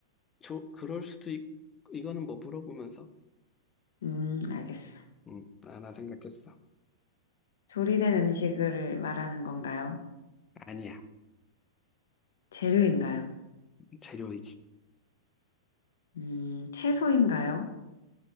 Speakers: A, on the left (about 20°); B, on the left (about 85°).
A: 저, 그럴 수도 있, 이거는 뭐 물어보면서,
B: 음, 알겠어.
A: 음, 하나 생각했어.
B: 조리된 음식을 말하는 건가요?
A: 아니야.
B: 재료인가요?
A: 재료이지.
B: 음, 채소인가요?